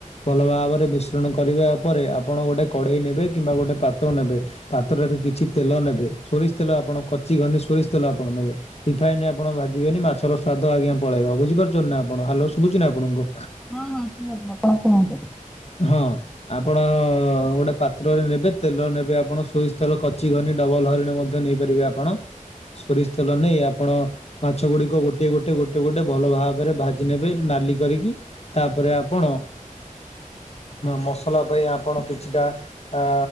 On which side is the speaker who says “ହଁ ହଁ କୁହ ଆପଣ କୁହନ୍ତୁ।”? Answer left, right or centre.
Centre